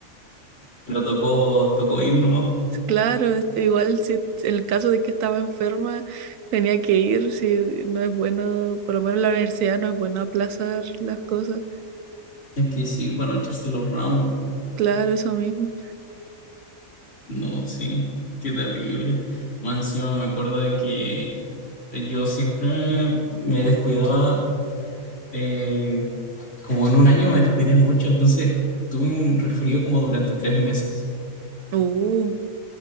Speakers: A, on the left; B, on the right.
A: pero tocó, tocó ir nomás.
B: Claro, este, igual si en el caso de que estaba enferma tenía que ir, si no es bueno, por lo menos en la universidad no es bueno aplazar las cosas.
A: Es que sí, para no echarse los ramos.
B: Claro, eso mismo.
A: No, sí, qué terrible. Más encima me acuerdo de que yo siempre me descuidaba, eh, como en un año me descuidé mucho, entonces tuve un resfrío como durante tres meses.
B: Uh,